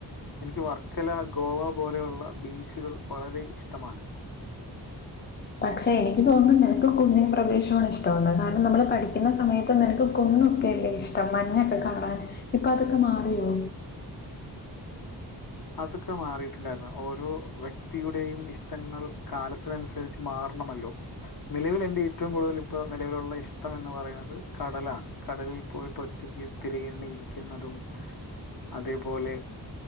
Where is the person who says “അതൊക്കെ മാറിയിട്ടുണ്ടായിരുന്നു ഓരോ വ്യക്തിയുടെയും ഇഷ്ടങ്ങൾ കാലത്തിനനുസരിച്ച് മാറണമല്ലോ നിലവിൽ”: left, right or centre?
Left